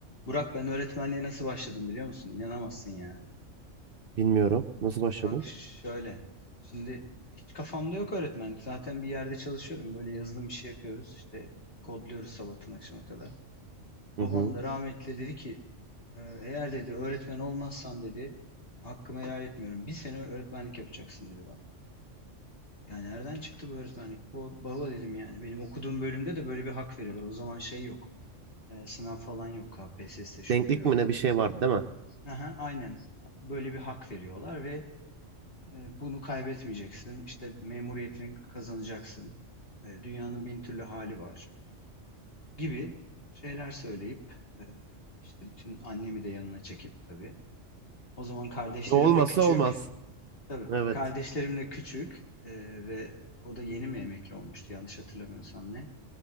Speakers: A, on the left; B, on the right.
A: Burak ben öğretmenliğe nasıl başladım biliyor musun? İnanamazsın ya.
B: Bilmiyorum. Nasıl başladın?
A: Bak şöyle. Şimdi hiç kafamda yok öğretmenlik. Zaten bir yerde çalışıyorum. Böyle yazılım işi yapıyoruz. İşte kodluyoruz sabahtan akşama kadar. Babam
B: Hı hı.
A: da rahmetli dedi ki "E, eğer dedi öğretmen olmazsan dedi hakkımı helal etmiyorum. Bir sene öğretmenlik yapacaksın dedi bana. Yani nereden çıktı bu öğretmenlik? Bu baba dedim yani. Benim okuduğum bölümde de böyle bir hak veriyorlar. O zaman şey yok. E, sınav falan yok. KPSS şu
B: Denklik
A: bu yok.
B: mi ne bir şey vardı değil mi?
A: Aha, aynen. Böyle bir hak veriyorlar ve e, bunu kaybetmeyeceksin. İşte memuriyetini kazanacaksın. E, dünyanın bin türlü hali var gibi şeyler söyleyip e, işte bütün annemi de yanına çekip tabii. O zaman kardeşlerim
B: E, Olmazsa
A: de küçük.
B: olmaz.
A: Tabii
B: Evet.
A: kardeşlerim de küçük e, ve o da yeni mi emekli olmuştu yanlış hatırlamıyorsam ne.